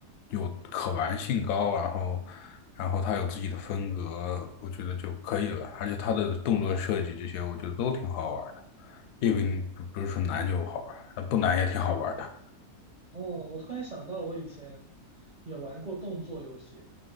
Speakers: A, on the left; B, on the right.
A: 有可玩性高，然后然后它有自己的风格，我觉得就可以了。而且它的动作设计这些，我觉得都挺好玩儿的，并不不是说难就好玩儿，呃不难也挺好玩儿的。
B: 哦，我突然想到，我以前也玩过动作游戏，